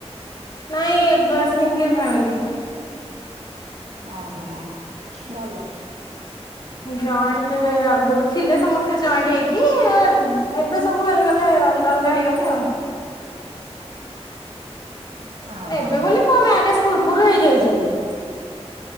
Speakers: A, on the left (about 40°); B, on the right (about 80°).
A: ନାଇଁ ସିଙ୍ଗଲ ଫ୍ୟାମିଲି
B: ଓ ହୋ ଭଲ
A: ଜଏଣ୍ଟ ଆଗରୁ ଥିଲେ ସମସ୍ତେ ଜଏଣ୍ଟ ହେଇକି ଏବେ ସବୁ ହେଇଗଲେ ଅଲଗା ଅଲଗା ହେଇଗଲେ ଆଉ
B: ହଁ
A: ମାନେ
B: ହଁ
A: ଏବେ ବୋଲି ମୋ ମ୍ୟାରେଜ ପୂର୍ବରୁ ହେଇଯାଇଛନ୍ତି।